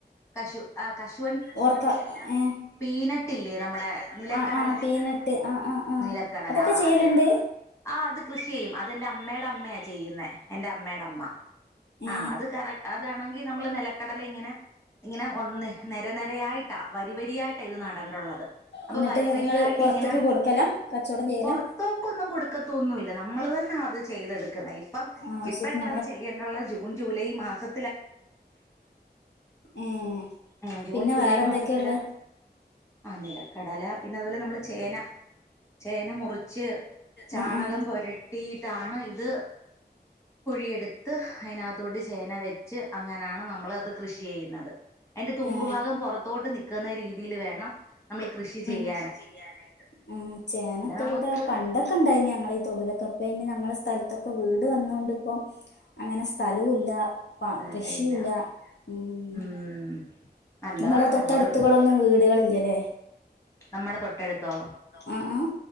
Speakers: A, on the left; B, on the left.
A: കശു ആ കശ്
B: ഓർത്ത ഏഹ്
A: പീനട്ടില്ലേ
B: പീനട്ട്
A: നമ്മുടെ നിലക്കടല
B: ആഹ് ആഹ് പീനട്ട് ആ ആ
A: നിലക്കടല
B: അതൊക്കെ
A: ആ
B: ചെയ്യല്ണ്ട്
A: അത് ആഹ് അത് കൃഷി ചെയ്യും അത്എന്റെ അമ്മേടെ അമ്മയാ ചെയ്യുന്നേ എൻറെ അമ്മടെ അമ്മ
B: ഏ ഏ
A: ആ അത് കറ അതാണെങ്കി നമ്മള് നെലക്കടല ഇങ്ങനെ ഇങ്ങനെ ഒന്ന് നെരനെരയായിട്ടാ വരിവരിയായിട്ടാ ഇത് നടണ്ടുള്ളത് അപ്പൊ
B: എന്നിട്ട്
A: വരിവരിയായിട്ട്ങ്ങനെ
B: നിങ്ങള് പുറത്തേക്ക് കൊടുക്കല കച്ചവടം ചെയ്യല
A: പുറത്തോക്കൊന്നും കൊടുക്കത്തൊന്നുല്ല നമ്മള് തന്നെ അത് ചെയ്തെടുക്കുന്നായിരി പ്പം
B: ആവശ്യത്തിന്
A: ഇപ്പോഴല്ല അത് ചെയ്യേണ്ടുള്ള ജൂൺ ജൂലൈ മാസം
B: ഉം
A: ഉം ജൂൺ
B: പിന്നെ
A: ജൂലൈ
B: വേറെന്തൊക്കെയള്ള
A: മാസത്തിലാ ആഹ് നിലക്കടല പിന്നെ അതുപോലെ നമ്മള് ചേന ചേന മുറിച്ച് ചാണകം
B: ആ ആ
A: പൊരട്ടിയിട്ടാണ് ഇത് കുഴിയെടുത്ത് അതിനതിനകത്തോട്ട് ചേന വെച്ച് അങ്ങനാണ് നമ്മളത് കൃഷി ചെയ്യുന്നത് അയ്ന്റെ തുമ്പു
B: ആ
A: ഭാഗം പുറത്തോട്ട് നിക്കുന്ന രീതിയില് വേണം നമ്മള് കൃഷി ചെയ്യാ
B: കൃഷി ചെയ്യാനായിട്ട് ഉം ചേനത്തവടെ
A: നമുക്ക്
B: പണ്ട് ക്കെണ്ടായിനി ഞങ്ങളീ തൊടൂലൊക്കെപ്പയ്ന് ഞങ്ങളെ സ്ഥലത്തൊക്കെ വീട് വന്നോണ്ട്പ്പം അങ്ങനെ സ്ഥലുല്ല പ
A: സ്ഥലമില്ല
B: കൃഷിയുല്ല ഉം
A: ഉം നല്ലതാണ്
B: ഇങ്ങളെ തൊട്ടടുത്തുകളൊന്നും
A: നമ്മള്
B: വീടുകളില്ലല്ലേ
A: നമ്മടെ തൊട്ടടുത്തോ
B: ആഹ് ആഹ്